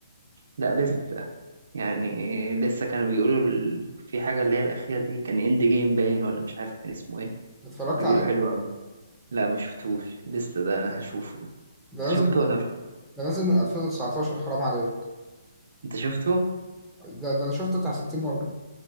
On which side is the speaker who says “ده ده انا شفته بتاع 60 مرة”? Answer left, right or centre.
Centre